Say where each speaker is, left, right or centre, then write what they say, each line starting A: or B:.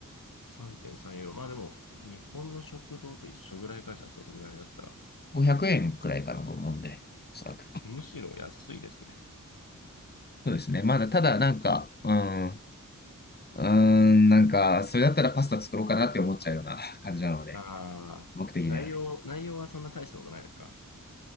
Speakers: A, on the left (about 85°); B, on the left (about 30°).
A: 3.3ユーロ。まあでも、日本の食堂と一緒ぐらいかじゃあ、それぐらいだったら、
B: 500円くえんくらいかなと思うんで、おそらく。
A: むしろ安いですね。
B: そうですね。まだ、
A: だと。
B: ただ、なんか、うーん、うーん、なんか、それだったらパスタ作ろうかなって思っちゃうような <laughs> 感じなので、
A: ああ、
B: 僕的にはね。
A: 内容、内容はそんな大したことないですか